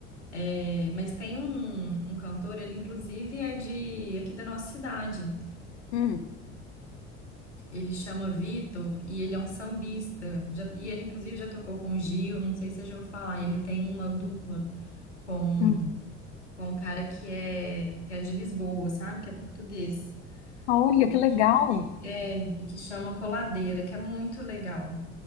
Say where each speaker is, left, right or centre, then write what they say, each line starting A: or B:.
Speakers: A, on the left; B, on the left.
A: É, mas tem um, um cantor, ele inclusive é de aqui da nossa cidade.
B: Hum.
A: Ele chama Vitor e ele é um sambista. Já- e ele inclusive já tocou com o Gil, não sei se você já ouviu falar. Ele tem uma dupla com
B: Hum.
A: com um cara que é, que é de Lisboa, sabe? Que é português.
B: Olha,
A: E,
B: que legal.
A: e- é, e que chama Coladeira, que é muito legal.